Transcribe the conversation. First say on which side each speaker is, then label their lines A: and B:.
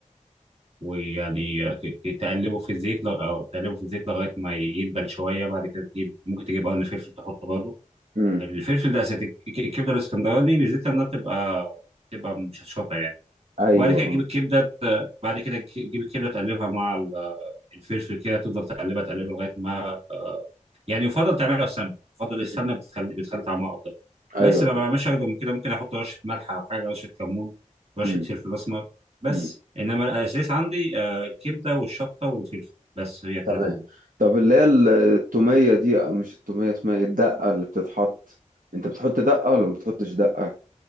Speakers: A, on the right (about 50°); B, on the right (about 85°).
A: ويعني ت- ت- تقلبه في الزيت لغ... أو تقلبه في الزيت لغايه ما يدبل شويه بعد كده تجيب ممكن تجيب قرن فلفل تحطه برضه
B: امم
A: الفلفل ده اساسي الك- الكبده الاسكندراني ميزتها انها بتبقى بتبقى مشطشطه يعني
B: ايوه
A: وبعد كده
B: اه
A: تجيب الكبده ت- بعد كده تجيب الكبده تقلبها مع ال- الفلفل كده تفضل تقلبها تقلبها لغايه ما آه، يعني يفضل تعملها بسمنه يفضل
B: مم.
A: السمنه بتخلي بتخلي طعمها افضل
B: ايوه
A: بس
B: طبعا
A: ما بعملش اكتر من كده ممكن احط رشه ملح او حاجه رشه كمون رشه
B: مم.
A: فلفل اسمر بس
B: مم.
A: انما الاساس عندي آه، الكبده والشطه والفلفل بس هي الثلاثه
B: تمام
A: دول
B: طب اللي هي التومية دي أو مش التومية اسمها ايه الدقة اللي بتتحط انت بتحط دقة ولا ما بتحطش دقة؟